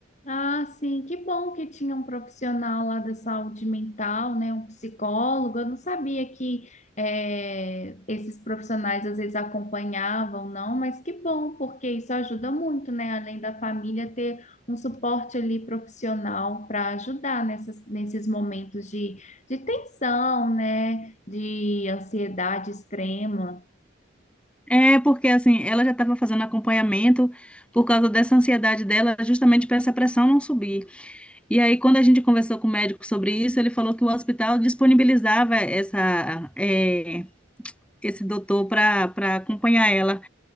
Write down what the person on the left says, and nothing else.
Ah, sim, que bom que tinha um profissional lá da saúde mental, né? Um psicólogo. Eu não sabia que eh, esses profissionais às vezes acompanhavam, não, mas que bom, porque isso ajuda muito, né? Além da família ter um suporte ali profissional para ajudar nessas, nesses momentos de, de tensão, né? De ansiedade extrema.